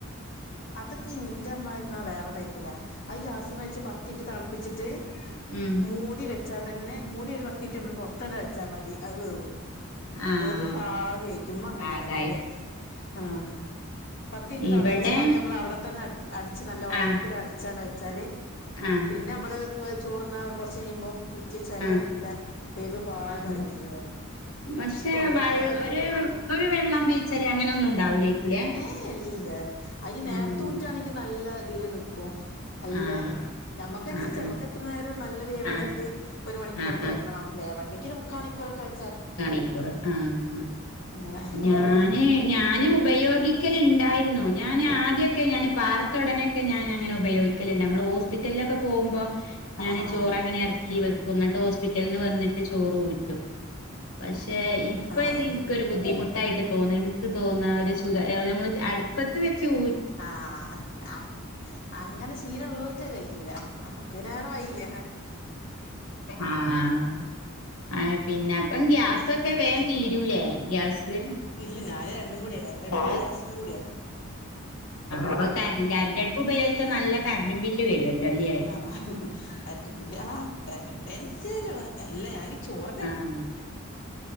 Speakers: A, on the left (about 55°); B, on the left (about 80°).
A: അതൊക്കെ എന്റെ അമ്മായിമ്മ വേറെ ടൈപ്പിലാ ആ ഗ്യാസ് മേച്ച് പത്തിന്റെ താ പിച്ചിട്ട്
B: ഉം
A: മൂടി വെച്ചാ തന്നെ മൂടി ഒര് പത്തി മിനിറ്റ് ഞമ്മള് പൊറത്തന്നെ വെച്ചാ മതി അത് വെവും
B: ആഹ്
A: വേവ് പാ <unintelligible> ചുമ്മാ അങ്ങനെയാ
B: പാകായിരിക്കും
A: കാട്ടല് ആഹ് ത്തിന്റെ തെളപ്പിച്ചിങ്ങാണ്ട്
B: ഇവിടെ
A: ഞമ്മള് അവടെ തന്നെ അട് അടിച്ച് നല്ല ഉറപ്പില്
B: ആഹ്
A: അടിച്ചാണ് വെച്ചാല്
B: ആഹ്
A: പിന്നെ ഞമ്മള് ചോറ്ന്ന കൊറച്ച് കയിമ്പോ ഊറ്റി വെച്ചാല്
B: ആഹ്
A: നല്ല വെവ് പാകായി
B: ആഹ്
A: വെരു <unintelligible>
B: പക്ഷെ വെ ഒരു ഒരു വെള്ളം പീച്ചല് അങ്ങനെ ഒന്നും ഉണ്ടാവൂലേക്കൂലേ
A: ഏയ് ഇല്ലല്ല അയിനേരത്ത
B: ആഹ്
A: ഊറ്റു ആണെങ്കി നല്ല ഇതില് നിക്കും അല്ല
B: ആഹ്
A: നമ്മക്കനുസരിച്ച്
B: ആഹ്
A: ഞമ്മക്ക് എത്ര നേരം നല്ല വേവാണെങ്കില്
B: ആഹ്
A: ഒരു മണിക്കൂറൊക്കെ
B: ആഹ്
A: വെക്കണം വേവണ്ടെങ്കി ഒര് മുക്കാമണിക്കൂറൊക്കെ വെ
B: ണിക്കൂർ ആഹ്
A: അങ്ങനെ
B: ഞാന് ഞാന് ഉപയോഗിക്കലിണ്ടായിരുന്നു ഞാന് ആദ്യാക്കെ ഞാൻ പാർത്ത ഉടനൊക്കെ ഞാനങ്ങനെ ഉപയോഗി ക്കലിണ്ട് ഞമ്മള് ഹോസ്പിറ്റലിലൊക്ക പോമ്പം ഞാന്
A: ആഹ് ആഹ്
B: ചോറ് അങ്ങനെ എറക്കി വെക്കും എന്നിട്ട് ഹോസ്പിറ്റൽന്ന് വന്നിട്ട് ചോറ് ഊറ്റും പക്ഷെ ഇപ്പൊ
A: ആഹ്
B: ഇത് എനിക്കൊരു ബുദ്ധിമു ട്ടാ. യിട്ട് തോന്ന് എന്ക്ക് തോന്ന ഒര് സുഖ ഏ നമ്മള് അടുപ്പത്ത് വെച്ച് ഊ
A: ആഹ് അത് അ അങ്ങനെ ശീലോള്ളോർക്ക് അത് കയിയൂല നമ്മുക്ക് പിന്നെ വേറെ വയില്ല ഹ്
B: ആഹ് ആ പിന്നെ അപ്പം ഗ്യാസൊക്കെ വേഗം തീരൂലേ ഗ്യാസ് <inaudible>
A: ഇല്ല ഞാന് രണ്ടും കൂടിയാ കരണ്ടടുപ്പും
B: ആ
A: ഗ്യാസും കൂടിയാ
B: അപ്പൊ കറണ്ട് അടുപ്പ് ഉപയോഗിച്ചാ നല്ല കറണ്ടും ബില്ല് വെരുവല്ലോ അല്യോ
A: ആഹ് കറൻ്റും ബില്ല് ആ കറൻ്റും ബില്ല <unintelligible> വെരും അല്ല ഞാനീ ചോറെന്നെ
B: ആഹ്